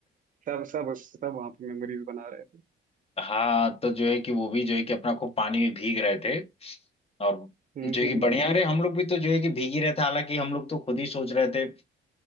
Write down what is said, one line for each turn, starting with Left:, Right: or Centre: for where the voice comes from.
Right: सब सब उस सब वहाँ पे मेमोरीज बना रहे थे
Left: हाँ तो जो है कि वो भी जो है कि अपना को पानी में भीग रहे थे और
Right: हम्म
Left: जो है
Right: हम्म,
Left: कि बढ़िया
Right: हम्म।
Left: अरे हम लोग भी तो जो है कि भीग ही रहे थे हालांकि हम लोग तो खुद ही सोच रहे थे